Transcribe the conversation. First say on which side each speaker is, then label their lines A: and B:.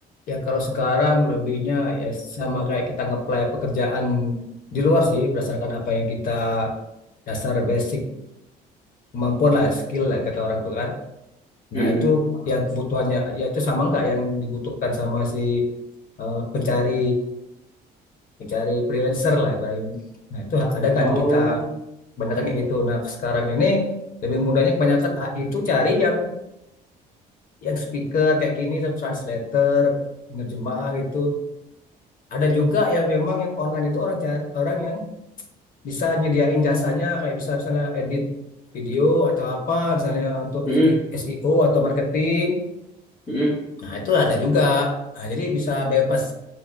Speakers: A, on the left; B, on the left.
A: Ya kalau sekarang lebihnya ya sama kayak kita ngeplay pekerjaan di luar sih berdasarkan apa yang kita dasar basic kemampuan lah skill lah kata orang tua kan nah
B: Mm-mm.
A: itu yang kebutuhannya ya itu sama nggak yang dibutuhkan sama si eh, pencari pencari freelancer lah ibaratnya nah itu ha- ada nggak
B: Oh,
A: di kita kebanyakan kayak gitu nah sekarang ini lebih mudahnya kebanyakan AI itu cari yang yang speaker kayak gini terus translator penerjemah gitu ada juga yang memang yang online itu orang cari, orang yang bisa nyediain jasanya kayak bisa misalnya edit video atau apa misalnya untuk
B: mm-mm,
A: SI SEO atau marketing
B: mm-mm.
A: Nah, itu ada juga. Nah, jadi bisa bebas